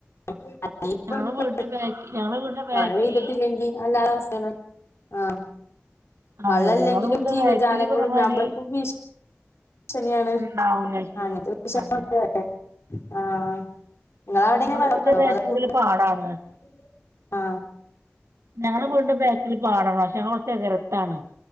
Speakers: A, on the left (about 70°); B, on the right (about 80°).
A: <unintelligible> ഇപ്പ
B: ഞങ്ങള്
A: ഇപ്പ
B: വീടിന്റെ ബാക്കി ഞങ്ങള് വീടിന്റെ ബാക്കില്
A: മഴ പെയ്തിട്ടില്ലെങ്കി നല്ല അവസ്ഥാണ് ആ
B: അതെ
A: വെള്ളല്ലെങ്കിലും
B: ഞങ്ങളെ ഇവടെ
A: ജീവജാലങ്ങളും
B: ബേക്കില് പറഞ്ഞമാതിരി
A: നമ്മൾക്കും ഭീഷ് ണിയാണ്
B: ഉണ്ടാവൂല ശരി
A: ആണ് <unintelligible>
B: അതെ
A: ആ ങ്ങളാടെ
B: ഞങ്ങളെ
A: അവിടെ വെള്ള
B: വീടിന്റെ
A: ക്കെണ്ടോ
B: ബേക്കില്
A: അതൊ <unintelligible>
B: വല്യ പാടാണ്
A: ആ
B: ഞങ്ങളെ വീടിന്റെ ബാക്കില് പാടാ ണ് പക്ഷെ ഞങ്ങള് കൊർച് എ കരത്താണ്